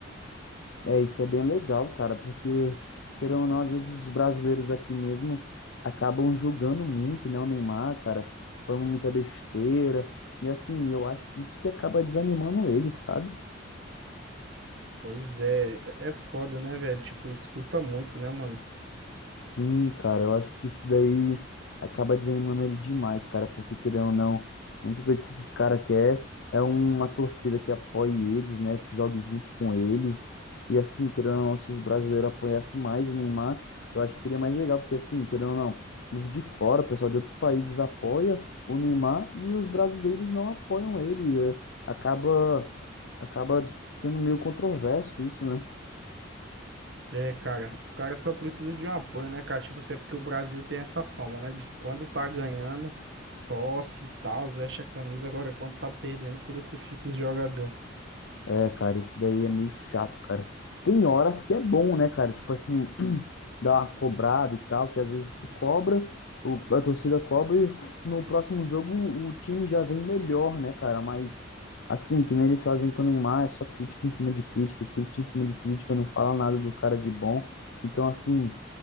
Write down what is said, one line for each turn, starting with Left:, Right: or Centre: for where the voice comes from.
Left: É, isso é bem legal, cara, porque, querendo ou não, às vezes os brasileiros aqui mesmo acabam julgando muito, né, o Neymar, cara, falando muita besteira, e assim, eu acho que isso que acaba desanimando ele, sabe?
Right: Pois é, é é foda, né, velho? Tipo, escuta muito, né, mano?
Left: Sim, cara, eu acho que isso daí acaba desanimando ele demais, cara, porque querendo ou não, a única coisa que esses caras quer é uma torcida que apoie eles, né, que jogue junto com eles. E assim, querendo ou não, se os brasileiros apoiassem mais o Neymar, eu acho que seria mais legal, porque assim, querendo ou não, os de fora, o pessoal de outros países apoia o Neymar e os brasileiros não apoiam ele. eh, Acaba acaba sendo meio controverso isso, né?
Right: É, cara, o cara só precisa de um apoio, né, cara? Tipo, assim, é porque o Brasil tem essa fama, né? De quando tá ganhando, tosse e tal, veste a camisa, agora quando tá perdendo, crucifica os jogador.
Left: É, cara, esse daí é meio chato, cara. Tem horas que é bom, né, cara? Tipo assim, <clears throat> dar uma cobrada e tal, que às vezes tu cobra, o- a torcida cobra e no próximo jogo o time já vem melhor, né, cara? Mas assim, que nem eles fazem com o Neymar, é só crítica em cima de crítica, crítica em cima de crítica, não fala nada do cara de bom. Então, assim,